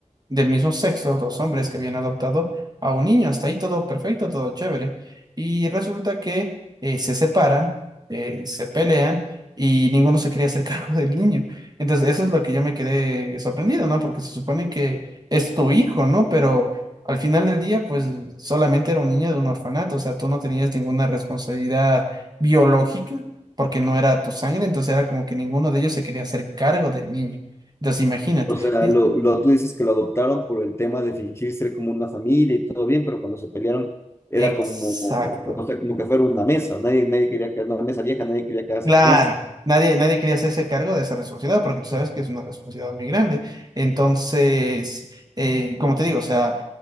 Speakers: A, on the right; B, on the left.
A: del mismo sexo, dos hombres que habían adoptado a un niño. Hasta ahí todo perfecto, todo chévere. Y resulta que eh, se separan, eh, se pelean y ninguno se quería hacer <laughs> cargo del niño. Entonces, eso es lo que yo me quedé sorprendido, ¿no? Porque se supone que es tu hijo, ¿no? Pero al final del día, pues solamente era un niño de un orfanato, o sea, tú no tenías ninguna responsabilidad biológica. porque no era tu sangre, entonces era como que ninguno de ellos se quería hacer cargo del niño. Entonces, imagínate.
B: O sea,
A: Y
B: lo, lo, tú dices que lo adoptaron por el tema de fingir ser como una familia y todo bien, pero cuando se pelearon era
A: Exacto.
B: como, o sea, como que fuera una mesa, nadie, nadie quería quedar, una mesa vieja, nadie quería quedarse
A: Claro,
B: con eso.
A: nadie, nadie quería hacerse cargo de esa responsabilidad porque tú sabes que es una responsabilidad muy grande. Entonces, eh, como te digo, o sea,